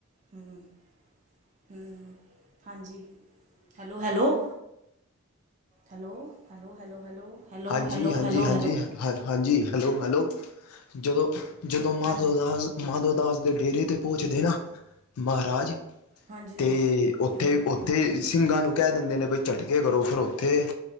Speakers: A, on the right; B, on the left.
A: ਹੂੰ ਹੂੰ, ਹਾਂਜੀ। Hello- hello! Hello, hello, hello, hello hello
B: ਹਾਂਜੀ,
A: ਹੈਲੋ
B: ਹਾਂਜੀ,
A: ਹੈਲੋ
B: ਹਾਂਜੀ,
A: ਹੈਲੋ
B: ਹ, ਹਾਂਜੀ, ਹੈਲੋ -ਹੈਲੋ। ਜਦੋਂ- ਜਦੋਂ ਮਾਧੋ
A: ਹਾਂਜੀ
B: ਦਾਸ ਮਾਧੋ ਦਾਸ ਦੇ ਡੇਰੇ ਤੇ ਪਹੁੰਚਦੇ ਨਾ, ਮਹਾਰਾਜ
A: ਹਾਂਜੀ
B: 'ਤੇ
A: ਹਾਂਜੀ
B: ਉੱਥੇ
A: ਹੂੰ
B: ਉ 'ਤੇ ਸਿੰਘਾਂ ਨੂੰ ਕਹਿ ਦਿੰਦੇ ਨੇ ਬ ਝਟਕੇ ਕਰੋ ਫਿਰ ਉੱਥੇ,